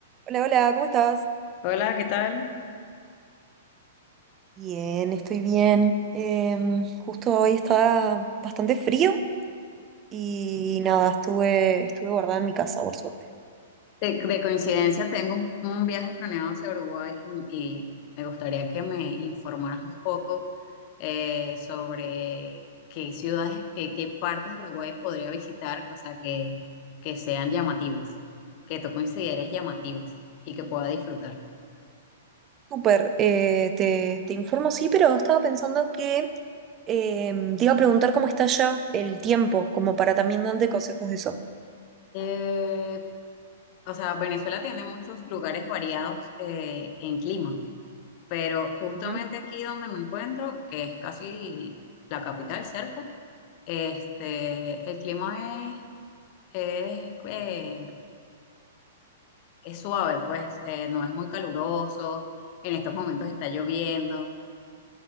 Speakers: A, on the right (about 30°); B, on the left (about 45°).
A: Hola, hola, ¿cómo estás?
B: Hola, ¿qué tal?
A: Bien, estoy bien. Em, justo hoy está bastante frío y nada, estuve, estuve guardada en mi casa, por suerte.
B: De, de coincidencia tengo un un viaje planeado hacia Uruguay y, y me gustaría que me informaras un poco eh, sobre qué ciudades, qué, qué partes de Uruguay podría visitar, o sea, que, que sean llamativas, que tú consideres llamativas y que pueda disfrutar.
A: Súper, eh, te, te informo, sí, pero estaba pensando que em, te iba a preguntar cómo está ya el tiempo, como para también darte consejos de eso.
B: Eh, o sea, Venezuela tiene muchos lugares variados eh, en clima, pero justamente
A: Ujú,
B: aquí donde me encuentro, que es casi la capital cerca, Este, el clima es, es, eh, es suave, pues eh, no es muy caluroso. En estos momentos está lloviendo.